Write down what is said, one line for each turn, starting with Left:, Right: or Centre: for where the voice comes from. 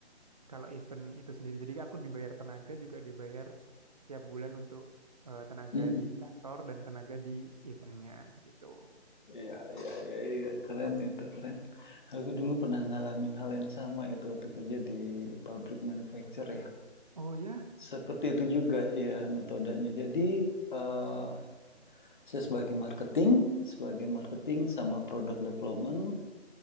Right: kalau event itu sendiri. Jadi aku dibayar tenaga juga dibayar tiap bulan untuk eh, tenaga
Left: mhm.
Right: di kantor dan tenaga di eventnya gitu.
Left: Iya iya iya iya, keren itu, keren. Aku dulu pernah ngalamin hal yang sama itu waktu kerja di pabrik manufacture ya.
Right: Oh ya,
Left: Seperti itu juga ya metodenya. Jadi, eee, saya sebagai marketing sebagai marketing sama product development